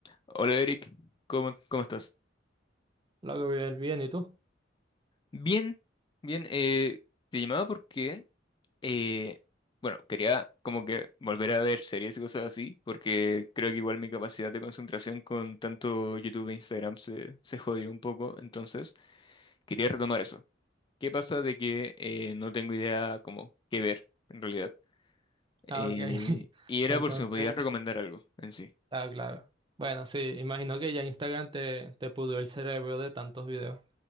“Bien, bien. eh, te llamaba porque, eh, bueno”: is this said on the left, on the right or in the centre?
Left